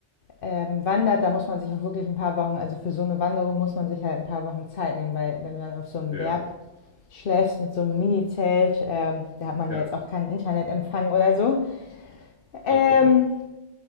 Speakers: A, on the left; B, on the left.
A: ähm, wandert, da muss man sich auch wirklich ein paar Wochen, also für so eine Wanderung muss man sich halt ein paar Wochen Zeit nehmen, weil wenn du dann auf so einem
B: Ja,
A: Berg schläfst mit so einem Mini-Zelt. Ähm, da hat man
B: ja.
A: ja jetzt auch keinen Internetempfang oder so. Ähm,
B: Das stimmt.